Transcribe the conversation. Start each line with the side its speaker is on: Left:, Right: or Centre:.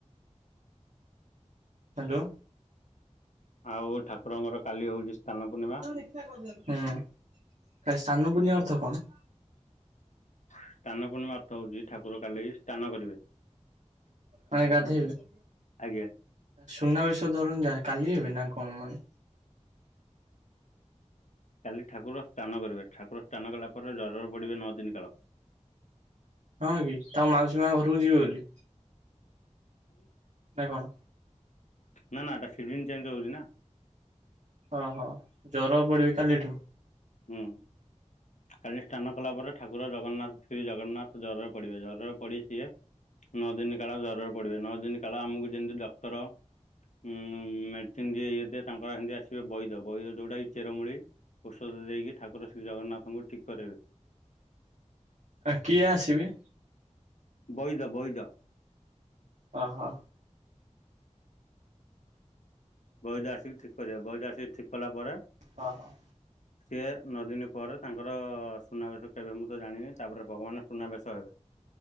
Right: ହ୍ୟାଲୋ।
Left: ଆଉ ଠାକୁରଙ୍କର କାଲି ହଉଛି ସ୍ନାନ ପୂର୍ଣ୍ଣିମା
Right: ହୁଁ କାଲି ସ୍ନାନ ପୁର୍ଣିମା ଅର୍ଥ କଣ?
Left: ସ୍ନାନ ପୁର୍ଣିମା ଅର୍ଥ ହଉଛି ଠାକୁର କାଲି ସ୍ନାନ କରିବେ।
Right: ମାନେ ଗାଧେଇବେ,
Left: ଆଜ୍ଞା
Right: ସୁନାବେଷ ଧରୁନି ଯା କାଲି ହେବି ନା। କଣ ମାନେ?
Left: କାଲି ଠାକୁର ସ୍ନାନ କରିବେ ଠାକୁର ସ୍ନାନ କଲା ପରେ ଜର ରେ ପଡ଼ିବେ ନଅ ଦିନ କାଳ।
Right: ହଁ କି ତାଙ୍କ ମାଉସୀ ମା ଘରକୁ ଯିବେ ବୋଲି।
Left: ଆ
Right: ନା କଣ?
Left: ନା ନା ଏଟା ସିଜିନ ଚେଞ୍ଜ ହଉଛି ନା।
Right: ଓହୋ ଜର ପଡ଼ିବେ କାଲିଠୁ।
Left: ହୁଁ କାଲି ସ୍ନାନ କଲା ପରେ। ଠାକୁର ଜଗନ୍ନାଥ ଶ୍ରୀ ଜଗନ୍ନାଥ ଜ୍ୱରରେ ପଡିବେ ଜ୍ୱରରେ ପଡି ସିଏ ନଅ ଦିନ କାଳ ଜରରେ ପଡିବେ ନଅ ଦିନ କାଳ ଆମକୁ ଯେମିତି ଡକ୍ଟର ଉଁ ମେଡିସିନ ଦିଏ ଇଏ ଦିଏ ତାଙ୍କର ସେମିତି ଆସିବେ ବୈଦ ବୈଦ ଯୋଉଟା କି ଚେରମୂଳି ଔଷଧ ଦେଇକି ଠାକୁର ଶ୍ରୀ ଜଗନ୍ନାଥଙ୍କୁ ଠିକ କରାଇବେ।
Right: ଆ କିଏ ଆସିବେ?
Left: ବୈଦ ବୈଦ।
Right: ଓ ହୋ।
Left: ବୈଦ ଆସିକି ଠିକ୍ କରିବେ ବୈଦ ଆସିକି ଠିକ୍ କଲା ପରେ
Right: ହଁ ହଁ।
Left: ସିଏ ନଅ ଦିନ ପରେ ତାଙ୍କର ସୁନାବେଶ କେବେ ମୁଁ ତ ଜାଣିନି ତାପରେ ଭଗବାନ ସୁନାବେଶ ହେବେ।